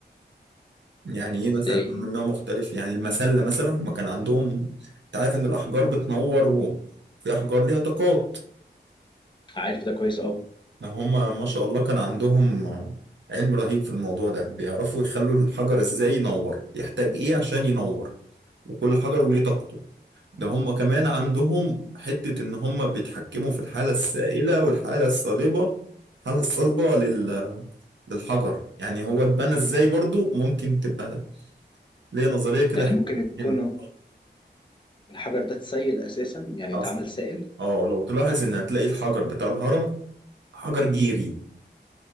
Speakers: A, on the right; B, on the left.
A: يعني
B: إزاي؟
A: إيه مثلا من نوع مختلف يعني المسلة مثلا هم كان عندهم أنت عارف إن الأحجار بتنور وفي أحجار ليها طاقات
B: عارف ده كويس أوي
A: ده هما ما شاء الله كان عندهم علم رهيب في الموضوع ده بيعرفوا يخلوا الحجر ازاي ينور يحتاج ايه عشان ينور وكل حجر وليه طاقته ده هما كمان عندهم حتة ان هما بيتحكموا في الحالة السائلة والحالة الصلبة الحالة الصلبة لل... للحجر يعني هو اتبنى ازاي برضو ممكن تبقى ليا نظرية كده
B: يعني
A: حلوة.
B: ممكن يكون
A: ممكن
B: الحجر ده اتسيل أساسا يعني
A: اصلا
B: اتعمل سائل
A: اه لو تلاحظ ان هتلاقي الحجر بتاع الهرم حجر جيري